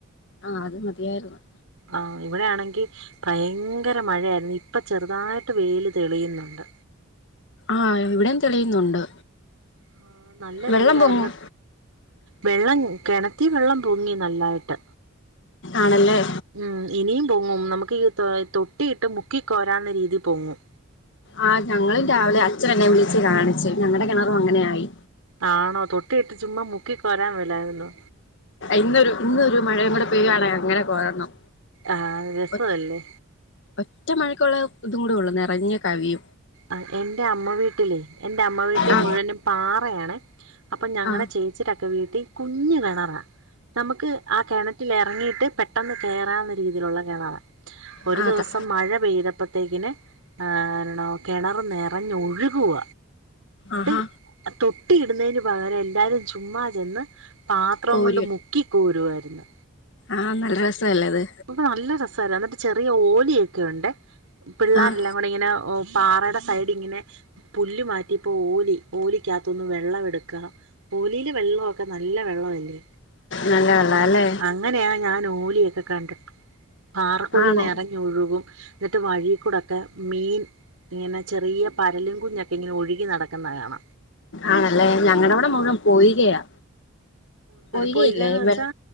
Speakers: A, on the left; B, on the right.
A: ആഹ് അത് മതിയായ്ര്ന്ന്.
B: ആഹ് ഇവിടെയാണെങ്കി ഭയങ്കര മഴയായിരുന്നു ഇപ്പം ചെറുതായിട്ട് വെയ്ല് തെളിയുന്നുണ്ട്.
A: ആഹ് ഇവിടെം തെളിയുന്നുണ്ട്.
B: ആഹ് നല്ല
A: വെള്ളം
B: വെയിലായ്ര്ന്ന
A: പൊങ്ങും
B: വെള്ളം കെണറ്റി വെള്ളം പൊങ്ങി നല്ലായിട്ട്.
A: ആണല്ലേ?
B: ഉം ഇനിയും പൊങ്ങും നമുക്ക് തൊഴ് തൊട്ടിയിട്ട് മുക്കിക്കോരാള്ള രീതി പൊങ്ങും.
A: ആഹ് ഞങ്ങളും രാവിലെ അച്ഛനെന്നെം വിളിച്ച് കാണിച്ചു ഞങ്ങടെ കെണറും അങ്ങനെ ആയി.
B: ആണോ തൊട്ടി ഇട്ട് ചുമ്മാ മുക്കി കൊരാം വേലാരുന്നോ
A: ഇന്നൊരു ഇന്നൊരു മഴയും കൂടെ പെയ്യാണെ അങ്ങനെ കോരണം.
B: ആഹ് രസവല്ലേ.
A: ഒ- ഒറ്റ മഴക്കുള്ള ഇതും കൂടെ ഉള്ളൂ ന്നെറഞ്ഞ് കവിയും.
B: അഹ് എൻറെ അമ്മ വീട്ടിലേ എന്റെ അമ്മ വീട്ടി
A: ആ
B: മുഴുവനും പാറയാണെ. അപ്പം ഞങ്ങടെ
A: ആ
B: ചേച്ചിടൊക്കെ വീട്ടി കുഞ്ഞ് കെണറാ നമുക്ക് ആ കെണ റ്റിലെറങ്ങിയിട്ട് പെട്ടെന്ന് കേറാള്ള രീതീലുള്ള കെണറ ഒരു
A: ആ
B: ദിവസം
A: അതാ
B: മഴ പെയ്ത പ്പത്തേക്കിന് ഏഹ് കെണറ് ന്നെറഞ്ഞൊഴുകുവ
A: ആഹാ
B: ട്ടി തൊട്ടി ഇടുന്നേന് പകരം എല്ലാരും ചുമ്മാ ചെന്ന് പാത്രം
A: കോരി
B: കൊണ്ട് മുക്കിക്കോരുവാര്ന്ന്.
A: ആഹ് നല്ല രസല്ലേ അത്.
B: അപ്പൊ നല്ല രസായിരുന്നു അന്നിട്ട് ചെറിയ ഓലിയൊക്കെ ഉണ്ട് പിള്ളേരെല്ലാം
A: ആഹ്
B: കൂടിയിങ്ങനെ പാറെടെ സൈഡിങ്ങനെ പുല്ല് മാറ്റിപ്പോ ഓലി ഓലിക്കകത്തൊന്ന് വെള്ളം എടുക്ക ഓലീലെ വെള്ളവൊക്കെ നല്ല വെള്ളവല്ലേ
A: നല്ല വെള്ളാല്ലേ
B: അങ്ങനെയാ ഞാന് ഓലിയൊക്കെ കണ്ടിട്ട് പാറക്കുഴി
A: ആണോ
B: ന്നെറഞ്ഞൊഴുകും. ന്നിട്ട് വഴിക്കൂടൊക്കെ മീൻ ഇങ്ങനെ ചെറിയ പരലും കുഞ്ഞൊക്കെങ്ങിനെ ഒഴുകി നടക്കുന്നകാണ.
A: ആണല്ലേ ഞങ്ങടവിടെ മുഴുവം പോയികയാ പൊയ്കയില്ലേ
B: പൊയ്കന്ന് വെച്ചാ
A: വെ